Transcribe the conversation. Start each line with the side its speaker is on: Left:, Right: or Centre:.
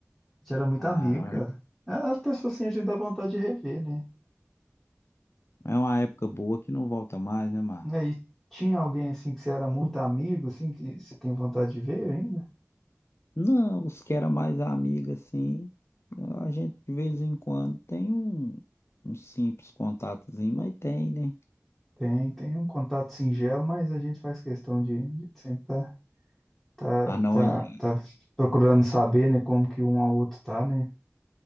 Centre: A gente era muito
Left: Ah,
Centre: amigo, cara.
Left: é
Centre: Ah, As pessoas assim, a gente dá vontade de rever, né?
Left: é uma época boa que não volta mais, né, Márcio?
Centre: Aí tinha alguém assim que você era muito amigo, assim, que você tem vontade de ver ainda?
Left: Não, os que era mais amiga, assim, a gente de vez em quando tem um, um simples contatozinho, mas tem, né?
Centre: Tem, tem um contato singelo, mas a gente faz questão de, de sempre estar. Tá,
Left: Ah, não,
Centre: tá,
Left: aí
Centre: tá procurando saber, né, como que um ao outro tá, né?